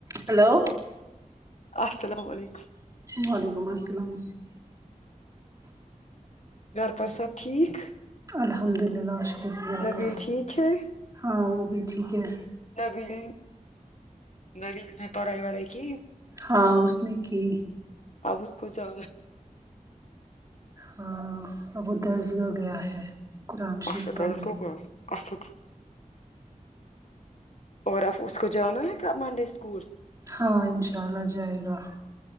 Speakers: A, on the right; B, on the left.
A: ہیلو
B: ہلو السلام علیکم
A: وعلیکم السلام
B: گھر پار سب ٹھیک
A: الحمد للہ شکر اللہ
B: نبیل
A: کا
B: ٹھیک ہے
A: ہاں وہ بھی ٹھیک ہے
B: نبیل نے میں پڑھائی وڑھائی کی
A: ہاں اس نے کی
B: اب اس کو جا
A: ہاں اب وہ درس گا گیا ہے قرآن شریف
B: اچھا
A: پڑھنے
B: ڈر تو گیا۔ اچھا ٹھیک اور آب اس کو جانا ہے پھر منڈے اسکول
A: ہاں انشاء اللہ جائے گا